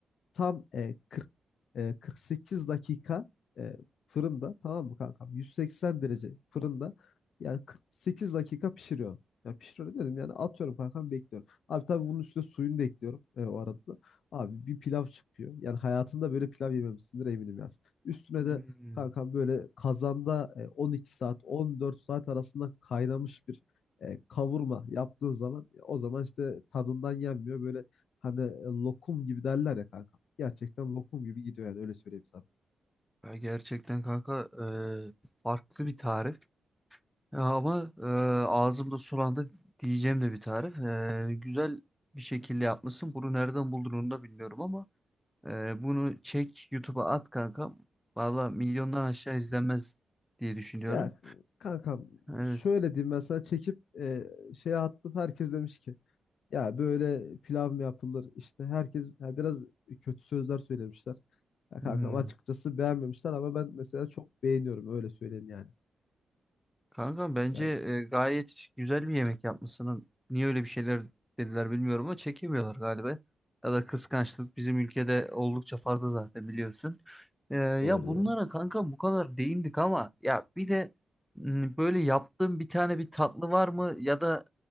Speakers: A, on the left (about 80°); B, in the centre.
A: Tam e, 40, e, 48 dakika e, fırında tamam mı kankam? 180 derece fırında yani 48 dakika pişiriyorum. Ya pişiriyorum dedim yani atıyorum kankam bekliyorum. Abi tabii bunun üstüne suyunu da ekliyorum e, o arada da. Abi bir pilav çıkıyor. Yani hayatında böyle pilav yememişsindir eminim yaz. Üstüne
B: Hmm.
A: de kankam böyle kazanda e, 12 saat 14 saat arasında kaynamış bir e, kavurma yaptığın zaman e, o zaman işte tadından yenmiyor. Böyle hani e, lokum gibi derler ya kanka gerçekten lokum gibi gidiyor yani öyle söyleyeyim sana.
B: Ya gerçekten kanka e, farklı bir tarif Ya ama e, ağzımda sulandı diyeceğim de bir tarif. E, güzel bir şekilde yapmışsın. Bunu nereden buldun onu da bilmiyorum ama e, bunu çek YouTube'a at kanka. Valla milyondan aşağı izlenmez diye düşünüyorum.
A: Ya kankam
B: Evet.
A: şöyle diyeyim ben sana çekip e, şeye attım herkes demiş ki ya böyle pilav mı yapılır işte herkes ya biraz kötü sözler söylemişler. Ya
B: Hmm.
A: kankam açıkçası beğenmemişler ama ben mesela çok beğeniyorum öyle söyleyeyim yani.
B: Kanka bence
A: Yani
B: e, gayet güzel bir yemek yapmışsın. Niye öyle bir şeyler dediler bilmiyorum ama çekemiyorlar galiba. Ya da kıskançlık bizim ülkede oldukça fazla zaten biliyorsun. E, ya
A: doğru
B: bunlara
A: doğru.
B: kanka bu kadar değindik ama ya bir de m, böyle yaptığım bir tane bir tatlı var mı ya da